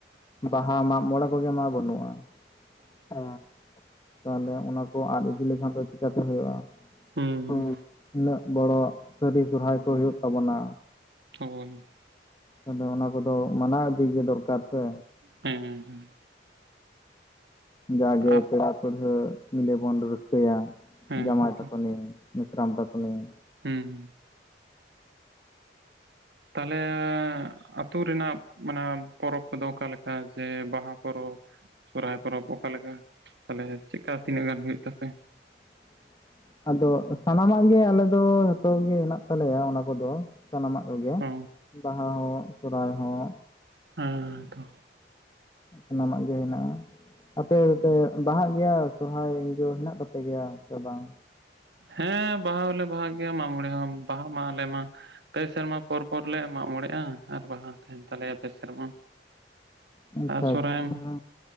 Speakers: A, on the left; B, on the right.
A: ᱵᱟᱦᱟ ᱢᱟᱜ ᱢᱚᱬᱮ ᱠᱚᱜᱮ ᱢᱟ ᱵᱟᱹᱱᱩᱜᱼᱟ ᱦᱮᱸ ᱛᱟᱦᱚᱞᱮ ᱚᱱᱟ ᱠᱚ ᱟᱫ ᱤᱫᱤ ᱞᱮᱠᱷᱟᱱ ᱫᱚ ᱪᱤᱠᱟᱛᱮ ᱦᱩᱭᱩᱜᱼᱟ
B: ᱦᱩᱸ,
A: ᱦᱩ ᱩᱱᱟᱹᱜ ᱵᱚᱲᱚ ᱥᱟᱹᱨᱤ ᱥᱚᱦᱚᱨᱟᱭ ᱠᱚ ᱦᱩᱭᱩᱜ ᱛᱟᱵᱚᱱᱟ
B: ᱦᱳ <unintelligible>
A: ᱟᱫᱚ ᱚᱱᱟ ᱠᱚᱫᱚ ᱢᱟᱱᱟᱣ ᱤᱫᱤ ᱜᱮ ᱫᱚᱨᱠᱟᱨ ᱥᱮ
B: ᱦᱮᱸ ᱦᱮᱸ
A: ᱡᱟᱜᱮ
B: ᱟᱜ
A: ᱯᱮᱲᱟ ᱯᱟᱹᱲᱦᱟᱹ ᱢᱤᱞᱮ ᱵᱚᱱ ᱨᱟᱹᱥᱠᱟᱹᱭ-ᱟ
B: ᱦᱮᱸ
A: ᱡᱟᱢᱟᱭ ᱛᱟᱠᱚ
B: ᱛᱚ,
A: ᱱᱤᱭᱮ ᱢᱤᱥᱨᱟᱢ ᱛᱟᱠᱚ ᱱᱤᱭᱮ
B: ᱦᱩᱸ᱾ ᱛᱟᱦᱚᱞᱮ ᱟᱛᱳ ᱨᱮᱱᱟᱜ ᱢᱟᱱᱮ ᱯᱚᱨᱚᱵᱽ ᱟᱫᱚ ᱚᱠᱟᱞᱮᱠᱟ ᱡᱮ ᱵᱟᱦᱟ ᱯᱚᱨᱚᱵᱽ ᱥᱚᱦᱚᱨᱟᱭ ᱯᱚᱨᱚᱵᱽ ᱚᱠᱟᱞᱮᱠᱟ ᱛᱟᱦᱚᱞᱮ ᱪᱮᱫᱠᱟ ᱛᱤᱱᱟᱹᱜ ᱜᱟᱱ ᱦᱩᱭᱩᱜ ᱛᱟᱯᱮ
A: ᱦ <unintelligible> ᱟᱫᱚ ᱥᱟᱱᱟᱢ ᱟᱜ ᱜᱮ ᱟᱞᱮ ᱫᱚ ᱡᱚᱛᱚ ᱜᱮ ᱦᱮᱱᱟᱜ ᱛᱟᱞᱮᱭᱟ ᱚᱱᱟ ᱠᱚᱫᱚ ᱥᱟᱱᱟᱢ ᱟᱜ ᱠᱚᱜᱮ
B: ᱚ
A: ᱵᱟᱦᱟ ᱦᱚᱸ ᱥᱚᱦᱚᱨᱟᱭ ᱦᱚᱸ
B: ᱦᱮᱸ ᱛᱚ
A: ᱥᱟᱱᱟᱢᱟᱜ ᱜᱮ ᱦᱮᱱᱟᱜᱼᱟ ᱟᱯᱮ ᱯᱮ ᱵᱟᱦᱟᱜ ᱜᱮᱭᱟ ᱥᱚᱦᱚᱨᱟᱭ ᱡᱚ ᱦᱮᱱᱟᱜ ᱛᱟᱯᱮ ᱜᱮᱭᱟ ᱥᱮ ᱵᱟᱝ
B: ᱦᱮᱸ ᱵᱟᱦᱟ ᱦᱚᱸᱞᱮ ᱵᱟᱦᱟ ᱜᱮᱭᱟ ᱢᱟᱜ ᱢᱚᱸᱬᱮ ᱦᱚᱸ ᱵᱟᱦᱟ ᱢᱟ ᱟᱞᱮ ᱢᱟ ᱯᱮ ᱥᱮᱨᱢᱟ ᱯᱚᱨ ᱯᱚᱨ ᱞᱮ ᱢᱟᱜ ᱢᱚᱸᱬᱮᱼᱟ ᱟᱨ ᱵᱟᱦᱟ ᱛᱟᱦᱮᱱ ᱛᱟᱞᱮᱭᱟ ᱯᱮ ᱥᱮᱨᱢᱟ
A: ᱟᱪᱪᱷᱟ
B: ᱟᱨ ᱥᱚᱦᱚᱨᱟᱭ
A: ᱟᱪᱪᱷᱟ